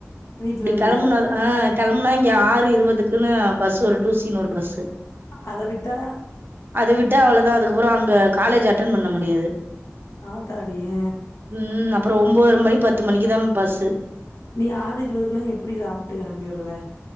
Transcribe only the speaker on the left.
வீட்ல
இருந்து
அத விட்டா
ஆ தாடிய
நீ ஆறு இருவதுக்குன்னா எப்டி சாப்ட்டு கெளம்பி வருவ